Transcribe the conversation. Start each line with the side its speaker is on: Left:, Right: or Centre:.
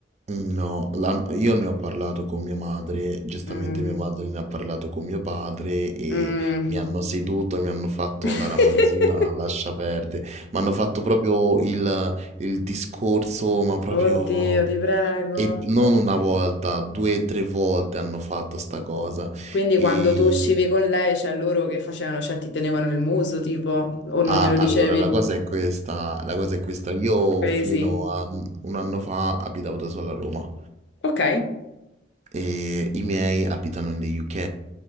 Right: no, la- io ne ho parlato con mia madre, giustamente
Left: Mm,
Right: mia madre ne ha parlato con mio padre e
Left: mm.
Right: mi hanno seduto, mi hanno fatto
Left: <laughs>
Right: la ramanzina, lascia perdere, mi hanno fatto proprio il, il discorso, ma proprio...
Left: Oddio, ti prego.
Right: E non una volta, due o tre volte hanno fatto sta cosa.
Left: Quindi
Right: E
Left: quando tu uscivi con lei, cioè loro che facevano? Cioè ti tenevano il muso, tipo, o non
Right: Ah,
Left: glielo
Right: allora,
Left: dicevi?
Right: la cosa è questa, la cosa è questa. Io
Left: <laughs> Crazy.
Right: fino a mm, un anno fa abitavo da solo a Roma
Left: Ok.
Right: e i miei abitano in the UK.